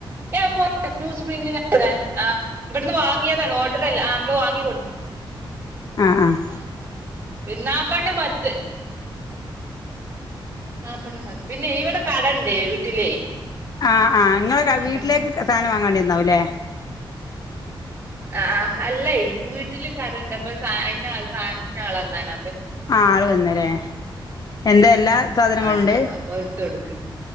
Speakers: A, on the right (about 25°); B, on the left (about 45°).
A: ഏ <unintelligible> ആഹ് ഇവിടുന്ന് വാങ്ങിയതാണ് ഓർഡർല്ല ആഹ് നമ്മള് വാങ്ങി കൊ
B: ആഹ് ആഹ്
A: ആഹ് പി ന്നാപ്പണം പത്ത് <unintelligible> നാപ്പെണ്ണം മതി പിന്നെ ഇവിടെ കടണ്ടേ വീട്ടിലേ
B: ആഹ് ആഹ് ങ്ങള്
A: നാപ്പെണ്ണം
B: വീട്ടിലേക്ക്
A: മതി
B: സാധനം വാങ്ങേണ്ടി വന്നാവും ല്ലേ
A: അ ആഹ് അല്ലേ വീട്ടില് കടണ്ട് അപ്പൊ സ അ സാസിന ആള ഒന്നാണ്
B: ആഹ് ആള് വന്ന്ല്ലേ എന്തെ എല്ലാ സാധനങ്ങള്ണ്ട്
A: ആഹ് അപ്പൊ എടുത്ത് കൊടുക്കും